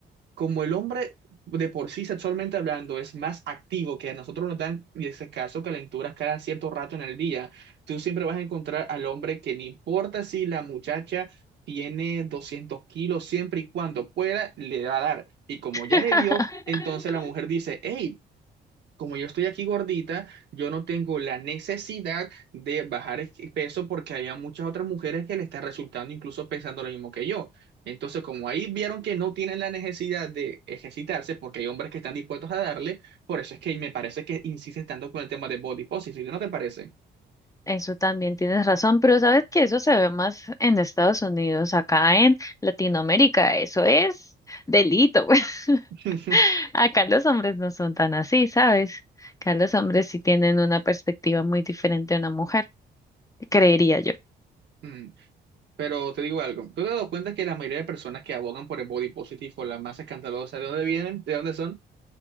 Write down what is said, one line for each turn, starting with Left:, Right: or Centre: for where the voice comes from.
Right: como el hombre de por sí sexualmente hablando es más activo, que a nosotros nos dan, y ese caso, calenturas cada cierto rato en el día, tú siempre vas a encontrar al hombre que no importa si la muchacha tiene 200 kilos, siempre y cuando pueda, le va a dar. Y como
Left: <laughs>
Right: ya le dio, entonces la mujer dice, hey, como yo estoy aquí gordita, yo no tengo la necesidad de bajar es- peso porque había muchas otras mujeres que le está resultando incluso pensando lo mismo que yo. Entonces, como ahí vieron que no tienen la necesidad de ejercitarse porque hay hombres que están dispuestos a darle, por eso es que me parece que insistes tanto con el tema de body positive, ¿no te parece?
Left: Eso también tienes razón, pero sabes que eso se ve más en Estados Unidos, acá en Latinoamérica, eso es delito. <laughs>
Right: <laughs>
Left: Acá los hombres no son tan así, ¿sabes? Acá los hombres sí tienen una perspectiva muy diferente a una mujer, creería yo,
Right: Mm, Pero te digo algo, ¿tú te has dado cuenta que la mayoría de personas que abogan por el body positive o las más escandalosas, ¿de dónde vienen? ¿De dónde son?